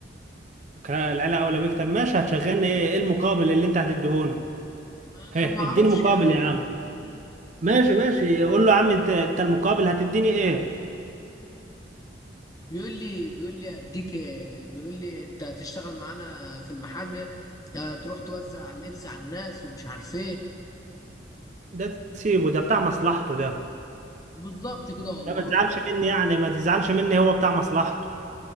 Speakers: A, on the right; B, on the left.
A: ك- العيلة أولى بيك طب ماشي هتشغلني إيه؟ إيه المقابل اللي أنت هتديهوني؟
B: أنا
A: هه
B: ما اعرفش
A: إديني مقابل
B: يا عم
A: يا عم ماشي ماشي قول له يا عم أنت أنت المقابل هتديني إيه؟
B: بيقول لي بيقول لي اديك بيقول لي انت هتشتغل معانا في المحل آه، تروح توزع اللبس على الناس ومش عارف ايه
A: ده تسيبه ده بتاع مصلحته ده
B: بالظبط كده والله
A: لا ما تزعلش مني يعني ما تزعلش مني هو بتاع مصلحته